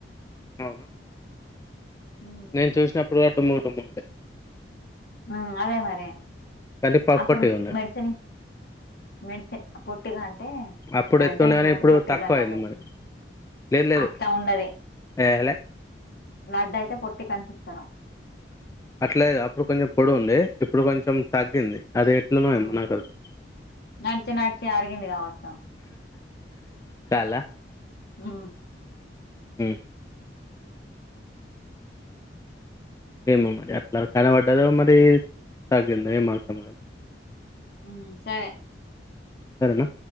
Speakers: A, on the left; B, on the left.
A: అవును
B: ఉమ్
A: నేను చూసినప్పుడు డుమ్ము డుమ్ము ఉండే
B: ఆ అదే మరి
A: కానీ పఫ్
B: అప్పుడు
A: పొట్టిగా ఉండే
B: మెడిసిన్ మెడిసిన్ పొట్టిగ అంటె
A: అప్పుడు
B: లడ్డైంది
A: ఎత్తుండే కానీ
B: కాబట్టి
A: ఇప్పుడు
B: పొట్టిగ
A: తక్కువ
B: కనబడ్డది
A: అయింది మరి లేదు లేదు
B: అట్ల ఉండది
A: ఏలే
B: లడ్డైతె పొట్ ట్టిగ కనిపిత్తరు
A: అట్లేదు అప్పుడు కొంచెం పొడువుంది ఇప్పుడు కొంచెం తగ్గింది అది ఎట్లనో
B: హు
A: ఏమో నాకు అది
B: నడిచి నడిచి అరిగింది కావచ్చు
A: కాళ్ళ
B: ఉ
A: ఉ ఏమో మరి అట్లా కనబడ్డదో మరి తగ్గిందొ ఏం అర్థం కా
B: ఉం సరే
A: సరెనా